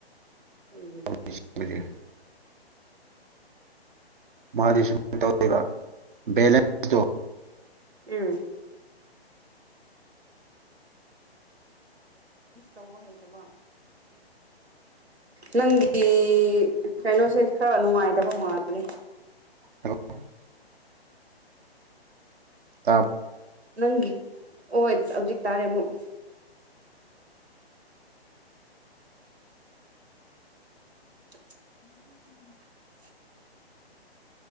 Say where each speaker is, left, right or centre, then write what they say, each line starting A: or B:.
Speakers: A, on the right; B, on the right.
A: ꯎꯝ
B: ꯇꯧꯔꯤꯁꯤꯡꯕꯨꯗꯤ ꯃꯥꯗꯤ ꯁꯨꯝ ꯇꯧꯌꯦꯕ ꯕꯦꯂꯦꯟꯁꯇꯣ
A: ꯎꯝ ꯇꯧꯕ ꯍꯩꯇꯕ ꯅꯪꯒꯤ ꯀꯩꯅꯣꯁꯦ ꯈꯔ ꯅꯨꯡꯉꯥꯏꯇꯕ ꯃꯥꯜꯂꯦ
B: ꯍꯜꯂꯣ ꯇꯥ
A: ꯅꯪꯒꯤ ꯑꯣꯏ ꯍꯧꯖꯤꯛ ꯇꯥꯔꯦꯃꯨꯛ <inaudible>